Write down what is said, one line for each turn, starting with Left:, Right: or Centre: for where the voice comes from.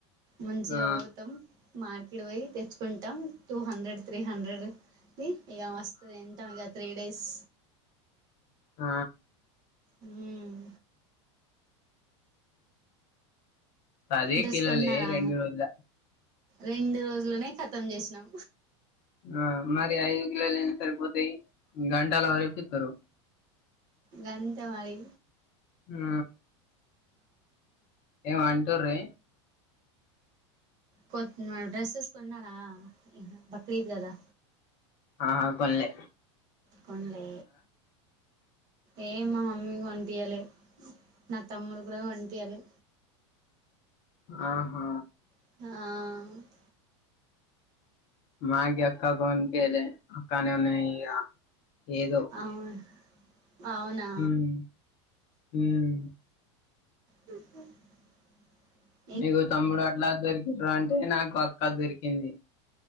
Right: మంచిగా
Left: ఆ
Right: పో తాం మార్కెట్ పోయి తెచ్చుకుంటాం టూ హండ్రెడ్ త్రీ హండ్రెడ్ ది ఇగ మస్తు తింటాం ఇగ త్రీ డేస్
Left: ఆ
Right: ఉమ్మ్
Left: పది
Right: డ్రెస్
Left: కిలోలే
Right: కొన్నారా
Left: రెండు వందల
Right: రెండు రోజులనే కతం చేసినం
Left: ఆ మరి ఐదు కిలోలు ఏం సరిపోతాయి గంటాల వడిపిస్తారు
Right: గంత మరి
Left: ఆ ఏమంటుండ్ రే
Right: కొత్త డ్రెస్సెస్ కొన్నారా రేపు బక్రీద్ కదా
Left: ఆ కొనాలే
Right: కొనలే ఏం మా మమ్మీ కొనిపియ్యలే నా తమ్ముడు కూడా కొని పియలే
Left: ఆహా
Right: ఆ
Left: మ్యాగీ అక్క కొనిపీయలే కానీ నేనీయ ఏదో
Right: అవును అవునా
Left: ఉమ్ ఉమ్
Right: బక <inaudible>
Left: మీకు తమ్ముడు ఎట్లా దొరికిరు అంటే నాకు దొరికింది